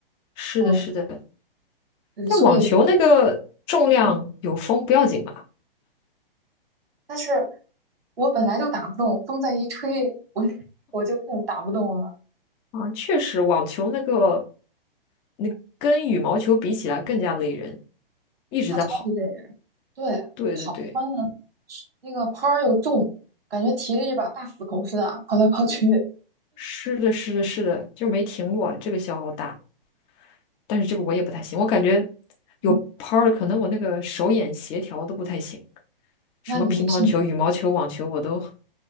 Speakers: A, on the left; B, on the right.
A: 是的，
B: 嗯，
A: 是的，
B: 嗯所以，
A: 但网球那个重量有风不要紧吧？
B: 嗯但是我本来就打不动，风再一吹，我 <laughs> 我就更打不动了，
A: 啊，确实，网球那个那跟羽毛球比起来更加累人，一直在跑。
B: 它超级累人。对，
A: 对对对。
B: 跑关键那个拍儿又重，感觉提着一把大斧头似的，跑来跑去。
A: 是的，是的，是的，就没停过，这个消耗大，但是这个我也不太行，我感觉有拍儿的，
B: 嗯，
A: 可能我那个手眼协调都不太行，
B: 那你是
A: 什么乒乓球、羽毛球、网球我都